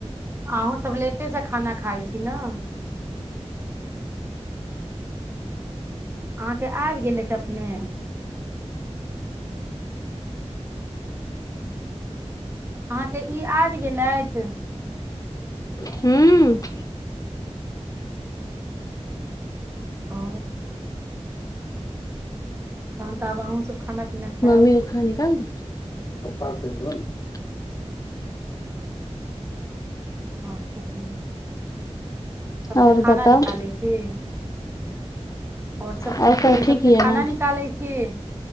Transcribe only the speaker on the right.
अहूॅं सब लेटे सऽ खाना खाइ छी न। अहाँ के आबि गेलैथ अपने अहाँ के इ आइब गेलैथ।
ओ तहन तऽ आब अहूँसब खाना- पीना खायब
ओर कहियौ सबके
खाना
निकालै छी। ओर सब
ठीके एहि
सबके
खाना
निकालै छी।